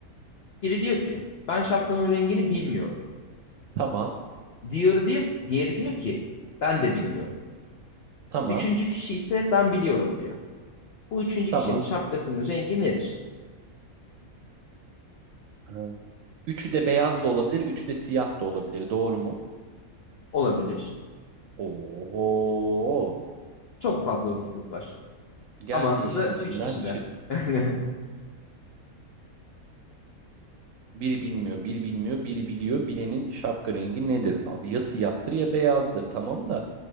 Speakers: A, on the left; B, on the right.
A: Biri diyor ki ben şapkamın rengini bilmiyorum.
B: tamam,
A: Diğeri diyor, diğeri diyor ki ben de bilmiyorum.
B: tamam,
A: Üçüncü kişi ise ben biliyorum diyor. Bu üçüncü
B: tamam.
A: kişinin şapkasının rengi nedir?
B: Ee, Üçü de beyaz da olabilir, üçü de siyah da olabilir. Doğru mu?
A: Olabilir.
B: Oho!
A: Çok fazla olasılık var.
B: Geldi
A: Ama aslında
B: işin içinden
A: üç kişiler.
B: çık.
A: <laughs> Aynen.
B: Biri bilmiyor, biri bilmiyor, biri biliyor. Bilenin şapka rengi nedir? Abi ya siyahtır ya beyazdır. Tamam da.